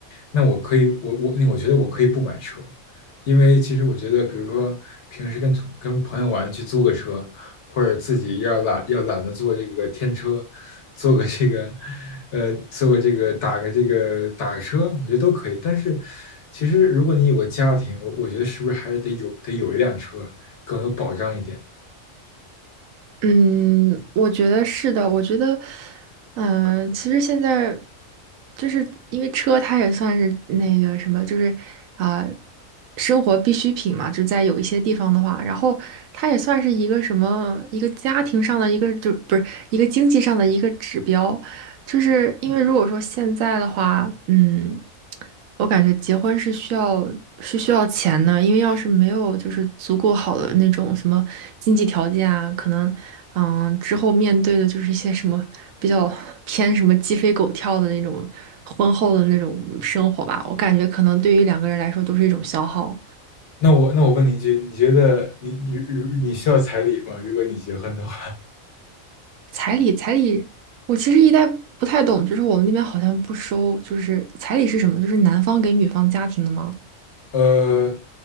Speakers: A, on the left; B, on the right.
A: 那我可以，我我那我觉得我可以不买车，因为其实我觉得，比如说平时跟跟朋友玩去租个车，或者自己要懒要懒得坐这个天车，坐个这个呃坐个这个打个这个打个车，我觉得都可以。但是其实如果你有个家庭，我我觉得是不是还是得有得有一辆车更有保障一点？
B: 嗯，我觉得是的。我觉得，嗯、其实现在就是因为车，它也算是那个什么，就是啊、生活必需品嘛。就在有一些地方的话，然后它也算是一个什么，一个家庭上的一个，就不是一个经济上的一个指标。就是因为如果说现在的话，嗯，我感觉结婚是需要是需要钱的，因为要是没有就是足够好的那种什么经济条件啊，可能嗯之后面对的就是一些什么比较偏什么鸡飞狗跳的那种婚后的那种生活吧，我感觉可能对于两个人来说都是一种消耗。
A: 那我那我问你一句，你觉得你你你需要彩礼吗？如果你结婚的话？
B: 彩礼，彩礼，我其实一代不太懂，就是我们那边好像不收，就是彩礼是什么？就是男方给女方家庭的吗？
A: 呃，